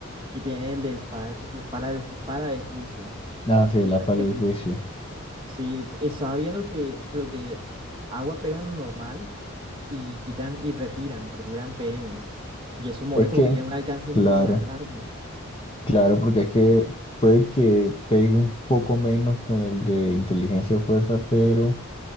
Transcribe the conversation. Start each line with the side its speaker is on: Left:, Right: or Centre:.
Right: Y tiene el de la espada, del ju- la espada del ju- para el juicio.
Left: Ah, sí,
Right: quita-
Left: la para
Right: te
Left: el
Right: quita.
Left: juicio.
Right: Sí, estaba viendo que, que los de agua pegan normal y quitan y retiran, retiran PMs. Y eso molesta
Left: Es que,
Right: porque tiene un alcance muy
Left: claro,
Right: a- largo.
Left: claro, porque es que puede que pegue un poco menos con el de inteligencia o fuerza, pero